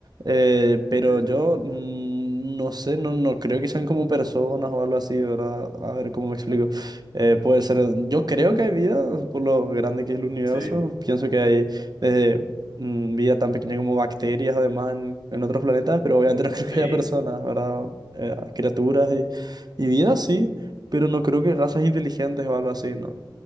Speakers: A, on the right; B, on the left.
A: eh, pero
B: Sí,
A: yo mm, no sé, no, no creo que sean como personas o algo así, ¿verdad? A ver cómo me explico. Eh, puede ser, yo creo que hay vida, por lo grande que es el universo,
B: sí,
A: pienso que hay desde mm, vida tan pequeña como bacterias además en, en otros planetas, pero obviamente no <laughs> creo
B: sí.
A: que haya personas, ¿verdad? Eh, criaturas y, y vida sí, pero no creo que razas inteligentes o algo así, ¿no?